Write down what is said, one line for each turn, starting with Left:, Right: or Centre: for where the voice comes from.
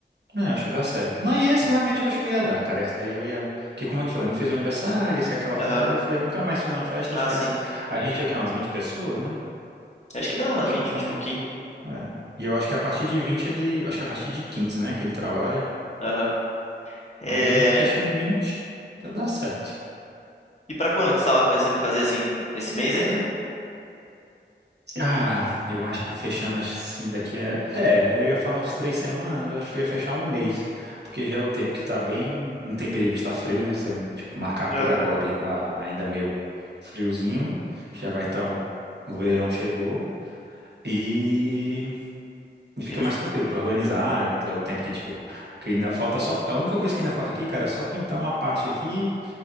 Right: É, acho que dá certo. Não, e esse realmente eu acho que eu ia dar, cara. Esse daí eu ia. que como eu te falei, não fiz o aniversário, isso é aquela festa.
Left: Aham.
Right: Eu falei, eu nunca mais fiz uma festa,
Left: Ah,
Right: acho que
Left: sim.
Right: essa. A gente tinha aqui é umas 20 pessoas, né?
Left: Acho que dá umas
Right: Acho
Left: vinte
Right: que dá
Left: 20 e
Right: um.
Left: pouquinho.
Right: É. E eu acho que a partir de 20 ele. Acho que a partir de 15 né? Que ele trabalha.
Left: Aham. É...
Right: Aí a gente fecha em 20 já dá certo.
Left: E pra quando que você tava pensando em fazer assim? Nesse mês ainda?
Right: Cara, eu acho que fechando assim daqui é. É, eu ia falar umas três semanas, eu acho que eu ia fechar um mês. Porque já é o tempo que tá bem. Não tem perigo de estar frio, né? Se eu, tipo, marcar por
Left: Aham.
Right: agora e tá ainda meio friozinho, já vai estar o, o verão chegou. E, e fica
Left: E não
Right: mais
Left: fica.
Right: tranquilo pra organizar. É o tempo que, tipo, que ainda falta só. A única coisa que ainda falta aqui, cara, é só pintar uma parte aqui.